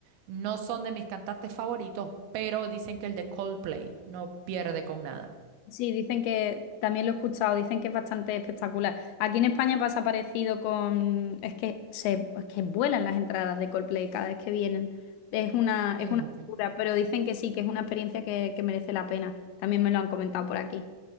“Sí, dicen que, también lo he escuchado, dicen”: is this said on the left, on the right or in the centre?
Left